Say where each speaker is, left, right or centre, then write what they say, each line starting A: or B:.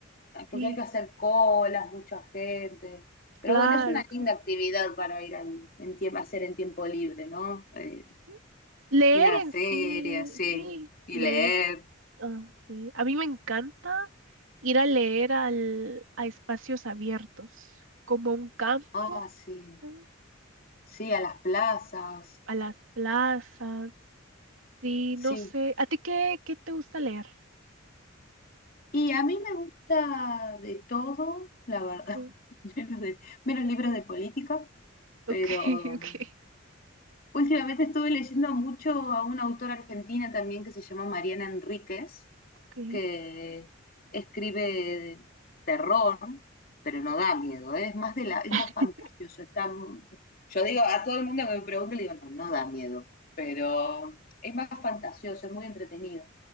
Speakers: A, on the left (about 45°); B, on the right (about 75°).
A: Ah, porque
B: Sí,
A: hay que hacer colas, mucha gente. Pero
B: claro,
A: bueno, es una
B: claro.
A: linda actividad para ir al, en tiempo, hacer en tiempo libre, ¿no? Eh,
B: Sí. Leer
A: ir a
B: en
A: ferias,
B: sí,
A: sí,
B: sí,
A: y
B: leer.
A: leer.
B: Ah, sí. A mí me encanta ir a leer al, a espacios abiertos, como a un campo,
A: Ah, sí,
B: ¿sabes?
A: sí, a las plazas,
B: A las plazas. Sí,
A: sí.
B: no sé. ¿A ti qué, qué te gusta leer?
A: Y a mí me gusta de todo, la verdad,
B: Ok,
A: <laughs> menos, de, menos libros de política,
B: <laughs>
A: pero
B: ok, ok.
A: um, últimamente estuve leyendo mucho a una autora argentina también que se llama Mariana Enríquez
B: Ok.
A: que escribe terror, pero no da miedo, ¿eh? Es más de la, es
B: <laughs>
A: más fantasioso. Está, yo digo, a todo el mundo que me pregunte, le digo, no, no da miedo, pero es más fantasioso, es muy entretenido.